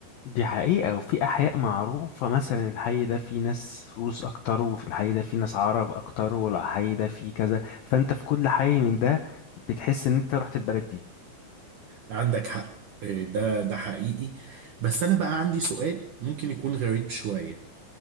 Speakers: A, on the left; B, on the right.
A: دي حقيقة وفي أحياء معروفة مثلا الحي ده فيه ناس روس أكتر وفي الحي ده فيه ناس عرب أكتر والحي ده فيه كذا فأنت في كل حي من ده بتحس إن أنت رحت البلد دي
B: عندك حق إيه، ده ده حقيقي بس أنا بقى عندي سؤال ممكن يكون غريب شوية